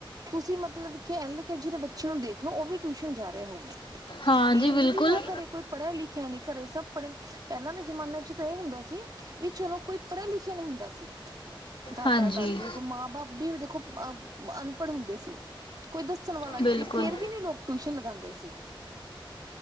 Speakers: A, on the right; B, on the left.
A: ਤੁਸੀਂ ਮਤਲਬ ਕੇ ਐਲ- ਕੇ- ਜੀ ਦੇ ਬੱਚੇ ਨੂੰ ਦੇਖ ਲੋ, ਉਹ ਵੀ ਟੂਸ਼ਨ ਜਾ ਰਿਆ ਹੋਉਗਾ,
B: ਹਾਂ
A: ਇਹ
B: ਜੀ ਬਿਲਕੁਲ
A: ਨੀ ਵੀ ਹਾਂ ਘਰੇ ਕੋਈ ਪੜ੍ਹਿਆ- ਲਿਖਿਆ ਨੀ ਘਰੇ ਸਭ ਪੜੇ, -ਪਹਿਲਾਂ ਦੇ ਜਮਾਨੇ ਚ ਤਾਂ ਇਹ ਹੁੰਦਾ ਸੀ, ਵੀ ਚਲੋ ਕੋਈ ਪੜਿਆ- ਲਿਖਿਆ ਨੀ ਹੁੰਦਾ ਸੀ। ਦਾਦਾ
B: ਹਾਂਜੀ
A: -ਦਾਦੀ ਕੋਈ ਮਾਂ -ਬਾਪ ਵੀ ਦੇਖੋ, ਅ -ਅਨਪੜ੍ਹ ਹੁੰਦੇ ਸੀ। ਕੋਈ ਦੱਸਣ ਵਾਲਾ ਨੀ
B: ਬਿਲਕੁਲ
A: ਸੀ, ਫੇਰ ਵੀ ਨੀ ਲੋਕ ਟੂਸ਼ਨ ਲਗਾਂਦੇ ਸੀ।